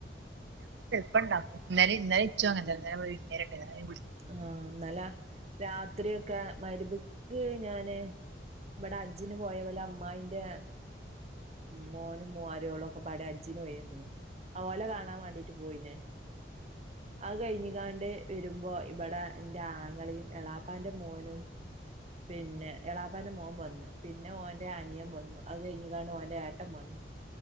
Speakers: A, on the right; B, on the right.
A: പ്പം ണ്ടാക്കും ഇന്നലെ ഇന്നലെ ഇച്ചും അങ്ങൻതന്നെ ഇന്നലെ വിൾ എരട്ടതനെ
B: ആ ഇന്നലെ രാത്രി ഒക്കെ മഗ്‌രിബ് ക്ക് ഞാന് ഇവിടെ ഹജ്ജിന് പോയ ഒലെ അമ്മായിന്റെ മോനും മരിയോളും ഒക്കെ പാട ഹജ്ജിന് പോയി വന്നിനു ആ ഓലെ കാണാൻ വേണ്ടിട്ട് പോയിന് അത് കഴിഞ്ഞ കാണ്ട് വരുമ്പോ ബടെ ന്റെ ആങ്ങളീം എളാപ്പാന്റെ മോനും പിന്നെ എളാപ്പാന്റെ മോൻ വന്ന് പിന്നെ ഓന്റെ അനിയം വന്നു അത് കഴിഞ്ഞകാണ്ട ഓന്റെ ഏട്ടൻ വന്നു